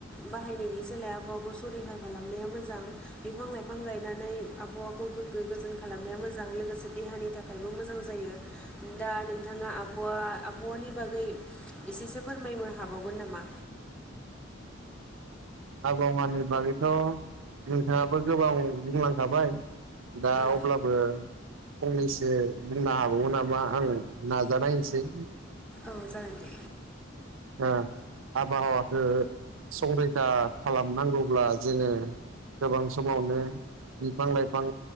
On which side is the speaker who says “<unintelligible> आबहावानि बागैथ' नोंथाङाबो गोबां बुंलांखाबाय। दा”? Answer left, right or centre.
Right